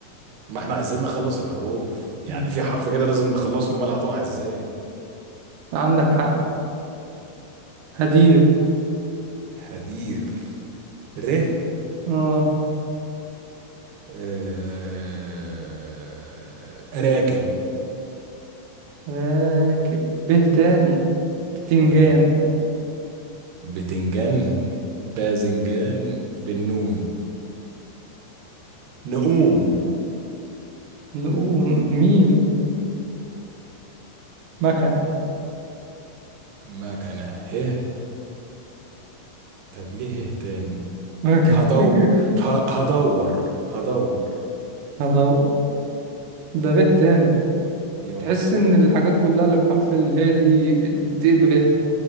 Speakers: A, on the right; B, on the right.
A: ما احنا عايزين نخلص الحروف يعني
B: مم.
A: في حرف كده لازم نخلصه امال هتقع ازاي
B: عندك حق هدير
A: هدير ره
B: اه
A: آه... راكب
B: راكب به تاني بتنجان
A: يب بتنجان باذنجان بالنون نقوم
B: نقوم ميم مكنة
A: مكنة هه طب ليه هه تاني
B: مكنة
A: هدو
B: <laughs>
A: ه- هدور هدور
B: هدور ده به تاني
A: يب
B: تحس ان الحاجات كلها اللي بحرف اله دي بتنتهي به